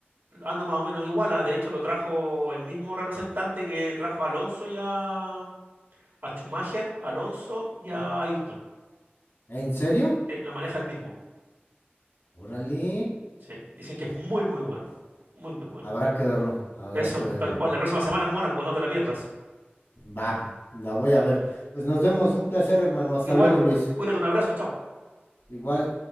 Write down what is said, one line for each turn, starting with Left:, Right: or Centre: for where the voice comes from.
Right: anda más o menos igual. ah, De hecho, lo trajo el mismo representante que trajo a Alonso ya a Schumacher, a Alonso y
Left: ¿no?
Right: a Ayrton.
Left: ¿En serio?
Right: Sí, lo maneja el mismo.
Left: Órale.
Right: Sí, dicen que es muy, muy bueno. Muy, muy bueno.
Left: Habrá que verlo, habrá
Right: Eso,
Left: que verlo.
Right: tal cual. La próxima semana es Mónaco, no te la pierdas.
Left: Va, la voy a ver. Pues nos vemos, un placer, hermano. Hasta
Right: Igual,
Left: luego, Luis.
Right: cuídate, un abrazo, chao.
Left: Igual.